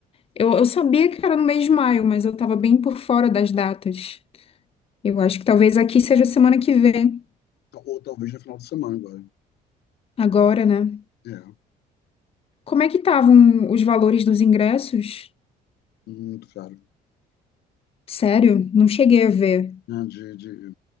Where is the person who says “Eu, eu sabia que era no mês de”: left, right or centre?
Left